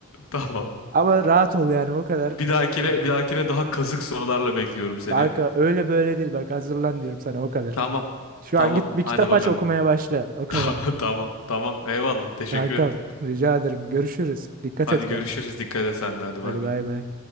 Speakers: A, on the left; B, on the right.
A: Tamam.
B: Ama rahat ol yani o kadar.
A: Bir dahakine,
B: Onu diyorum.
A: bir dahakine daha kazık sorularla bekliyorum seni.
B: Kanka öyle böyle değil bak hazırlan diyorum sana o kadar.
A: Tamam.
B: Şu
A: Tamam.
B: an git bir
A: Hadi
B: kitap
A: bakalım.
B: aç okumaya başla.
A: <laughs>
B: O kadar.
A: Tamam. Tamam. Tamam. Eyvallah.
B: <laughs>
A: Teşekkür
B: Kankam
A: ettim.
B: rica ederim. Görüşürüz. Dikkat
A: Hadi
B: et kendine.
A: görüşürüz. Dikkat et sen de. Hadi
B: Hadi
A: bay bay.
B: bay bay.